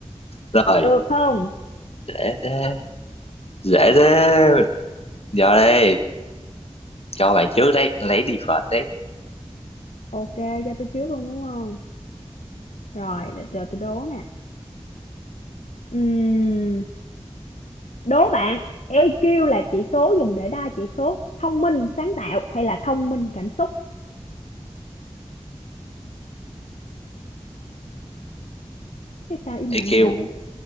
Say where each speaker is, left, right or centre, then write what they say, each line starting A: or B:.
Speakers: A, on the left (about 55°); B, on the left (about 80°).
A: Rồi,
B: Được không?
A: dễ thế. Dễ thế. Giờ đây, cho bạn trước đấy, lấy đi phật đấy.
B: Ok, cho tôi trước luôn đúng không? Rồi, để chờ tôi đố nè. Ừm, đố bạn, EQ là chỉ số dùng để đo chỉ số thông minh, sáng tạo hay là thông minh, cảm xúc? Thế sao im lặng
A: EQ.
B: như vậy?